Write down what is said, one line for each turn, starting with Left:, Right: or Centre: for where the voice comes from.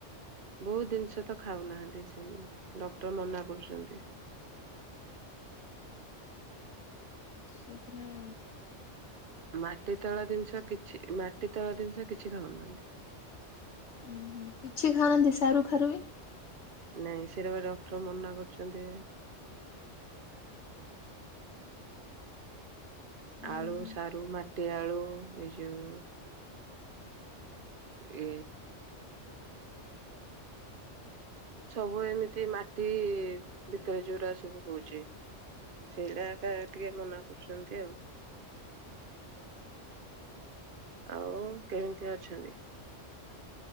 Right: ବହୁତ ଜିନିଷ ତ ଖାଉ ନାହାନ୍ତି ସେମାନେ ଡକ୍ଟର ମନା କରୁଛନ୍ତି।
Left: ସେପରା
Right: ମାଟି ତଳ ଜିନିଷ କିଛି ମାଟି ତଳ ଜିନିଷ କିଛି ଖାଉନ ନାହାନ୍ତି।
Left: ଉଁ ହୁଁ କିଛି ଖାଉନାହାନ୍ତି ସାରୁ ଫାରୁ ବି
Right: ନାଇଁ ସେଟାବା ଡକ୍ଟର ମନା କରୁଛନ୍ତି।
Left: ଉଁ
Right: ଆଳୁ
Left: ହୁଁ
Right: ସାରୁ ମା ମାଟିଆଳୁ ଏ ଯୋଉ ଏ ସବୁ ଏମିତି ମାଟି ଭିତରେ ଯୋରା ସବୁ ହଉଛି ସେଇଟା ଟିକେ ମନା କରୁଛନ୍ତି ଆଉ ଆଉ କେମିତି ଅଛନ୍ତି।